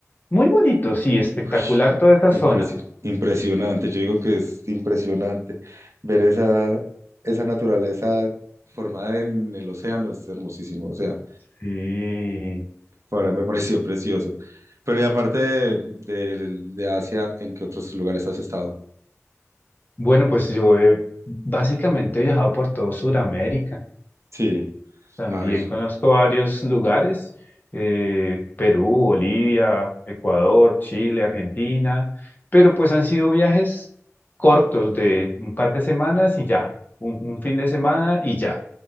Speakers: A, on the left (about 35°); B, on the right (about 65°).
A: Muy bonito, sí, espectacular
B: Ush,
A: toda esa
B: impresi-
A: zona.
B: impresionante. Yo digo que es impresionante ver esa, esa naturaleza formada en el océano, es hermosísimo. O sea,
A: Sí.
B: Para me pareció <laughs> precioso. Pero y aparte de, de- de Asia, ¿en qué otros lugares has estado?
A: Bueno, pues yo he básicamente viajado por todo Sudamérica.
B: Sí.
A: También
B: Ay,
A: conozco varios lugares, eh, Perú, Bolivia, Ecuador, Chile, Argentina, pero pues han sido viajes cortos de un par de semanas y ya, un un fin de semana y ya.